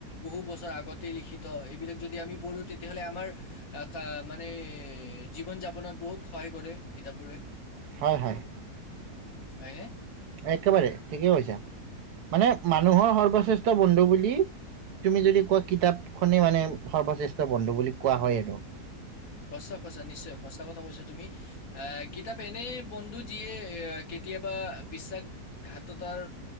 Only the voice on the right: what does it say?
হয় হয়
একেবাৰে ঠিকেই কৈছা মানে মানুহৰ সৰ্বশ্ৰেষ্ঠ বন্ধু বুলি তুমি যদি কোৱা কিতাপখনেই মানে সৰ্বশ্ৰেষ্ঠ বন্ধু বুলি কোৱা হয় আৰু